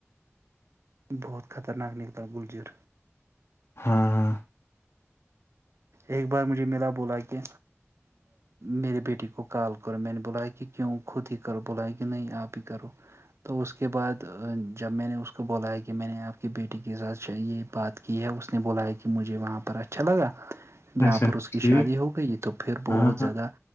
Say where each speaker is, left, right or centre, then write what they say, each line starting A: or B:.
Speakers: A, on the right; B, on the left.
A: بہت خطرناک نکلتا گلجر
B: ہاں ہاں
A: ایک بار مجھے ملا بولا کہ میرے بیٹی کو کال کرو میں نے بلایا کہ کیوں خود ہی کرو بلایا کہ نہیں آپ ہی کرو تو اس کے بعد جب میں نے اس کو بولایا کہ میں نے آپ کی بیٹی کے ساتھ یہ بات یہ ہے اس نے بولایا کہ مجھے وہاں پر اچھا لگا جہاں
B: اچھا
A: پر اس
B: ٹھیک
A: کی شادی ہو گئی تو پھر بہت
B: ہاں
A: زیادہ
B: ہاں